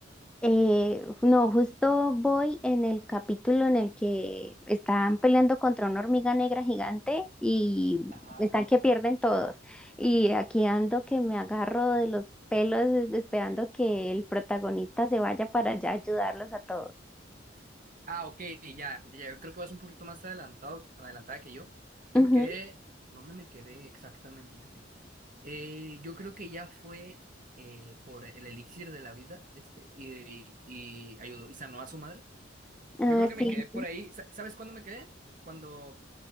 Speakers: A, in the centre; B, on the right.
A: Eh, no, justo voy en el capítulo en el que están peleando contra una hormiga negra gigante y
B: Ajá.
A: están que pierden todos. Y aquí ando que me agarro de los pelos es- esperando que el protagonista se vaya para allá a ayudarlos a todos.
B: Ah, ok, ya, ya, yo creo que vas un poquito más adelantado, adelantada que yo. Yo
A: Ujú.
B: me quedé, ¿dónde me quedé exactamente? Eh, yo creo que ya fue eh, por el elixir de la vida, este, y, y, y ayudó y sanó a su madre.
A: Ah,
B: Yo creo que me
A: sí.
B: quedé por ahí. Sa- ¿Sabes cuándo me quedé? Cuando